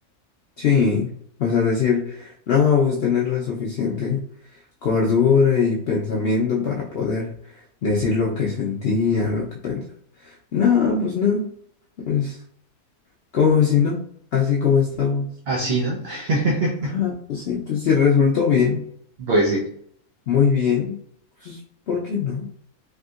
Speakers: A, on the left (about 75°); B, on the right (about 55°).
A: Sí, o sea, decir, no, pues tener la suficiente cordura y pensamiento para poder decir lo que sentía, lo que pensaba. No, pues no. Es como si no, así como estamos.
B: Así, ¿no? <laughs>
A: Ajá, pues sí, pues sí, resultó bien,
B: Pues sí,
A: muy bien, pues ¿por qué no?